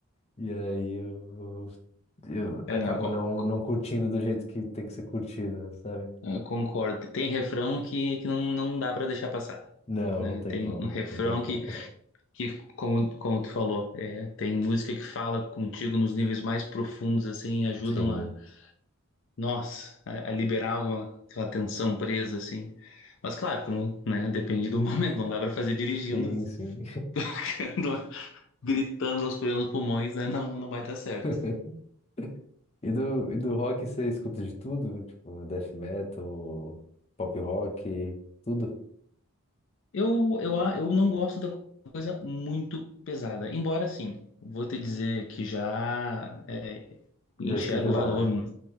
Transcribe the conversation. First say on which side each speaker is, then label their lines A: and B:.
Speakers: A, on the left (about 30°); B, on the left (about 55°).
A: E aí eu, eu
B: É,
A: acabo
B: não, co-
A: não,
B: co-
A: não curtindo do jeito que tem que ser curtido, sabe?
B: eh, concordo. Tem refrão que, que não, não dá para deixar passar,
A: Não,
B: né?
A: não tem
B: Tem
A: como,
B: um refrão
A: não tem como.
B: que, que como, como tu falou, é, tem música que fala contigo nos níveis mais profundos, assim, e ajudam
A: Sim,
B: a, nossa, a, a liberar alguma, aquela tensão presa, assim. Mas claro, como, né, depende do <laughs> momento, não dá para fazer dirigindo,
A: sim, sim.
B: <laughs> gritando aos plenos pulmões, né? Não, não vai dar certo.
A: <laughs> E do, e do rock você escuta de tudo? Tipo, death metal, pop rock, tudo?
B: Eu, eu, a- eu não gosto da coisa muito pesada. Embora, assim, vou te dizer que já é, enxergo
A: Já esteve lá.
B: o valor. Não,